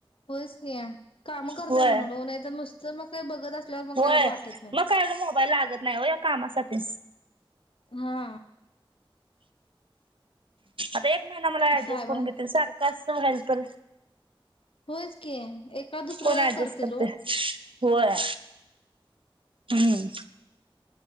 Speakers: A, on the left; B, on the right.
A: होयच की, काम करताय
B: होय
A: म्हणून हो नाही, तर नुसतं मग ते बघत असल्यावर मग
B: होय
A: काही एवढं वाटत नाही.
B: मग काय एवढं मोबाईल लागत नाही हो या कामासाठी
A: हा
B: ह <unintelligible> एक महिना मला ऍडजस्ट
A: साहेबां
B: करून घेतील सारखं आस हेल्पर
A: होयच की दुसऱ्या
B: कोण
A: वेळा
B: ऍडजस्ट
A: करतील
B: करतय.
A: ओ
B: व्हय हम्